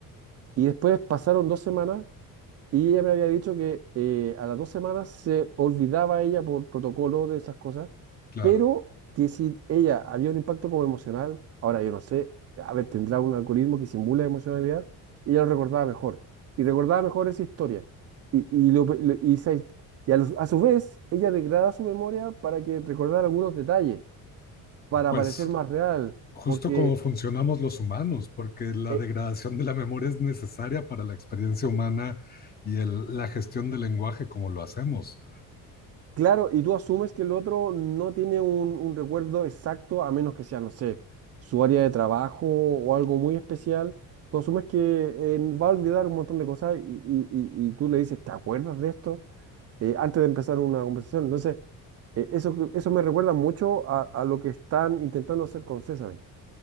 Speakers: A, on the right; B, on the left.
A: Y después pasaron dos semanas y ella me había dicho que eh, a las dos semanas se olvidaba ella por protocolo de esas cosas,
B: claro.
A: pero que si ella había un impacto como emocional, ahora yo no sé, a ver, tendrá un algoritmo que simula emocionalidad, y ella lo recordaba mejor. Y recordaba mejor esa historia. Y, y, lo, lo- y, esa his- y a, los- a su vez, ella degrada su memoria para que recordara algunos detalles, para
B: Pues
A: parecer más real,
B: justo
A: porque
B: como funcionamos los humanos, porque la
A: eh,
B: degradación de la memoria es necesaria para la experiencia humana y el- la gestión del lenguaje como lo hacemos.
A: Claro, y tú asumes que el otro no tiene un, un recuerdo exacto, a menos que sea, no sé, su área de trabajo o algo muy especial. Tú asumes que eh, va a olvidar un montón de cosas y, y- y- y tú le dices, ¿te acuerdas de esto? Eh, antes de empezar una conversación. Entonces, eh, eso, que- eso me recuerda mucho a, a lo que están intentando hacer con César.